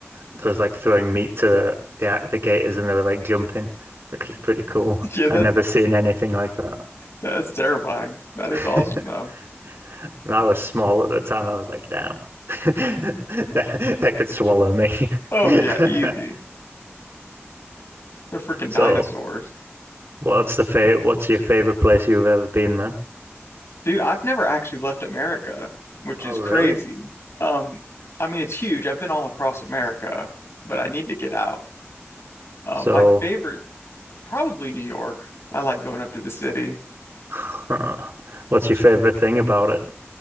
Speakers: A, on the right (about 60°); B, on the left (about 70°).
A: there was like throwing meat to the the, the gators, and they were like jumping, which was pretty cool.
B: Yeah,
A: I'd
B: that
A: never seen anything like that.
B: that's terrifying. That is
A: <laughs>
B: awesome though.
A: And I was small at the time. I was like, damn, <laughs> they, they could swallow me. <laughs>
B: Oh yeah, easy. They're freaking
A: So,
B: dinosaurs.
A: what's the favorite? What's your favorite place you've ever been, man?
B: Dude, I've never actually left America, which
A: Oh,
B: is crazy.
A: really?
B: Um, I mean it's huge. I've been all across America, but I need to get out. Um,
A: So,
B: my favorite, probably New York. I like going up to the city.
A: <laughs> what's your favorite thing about it?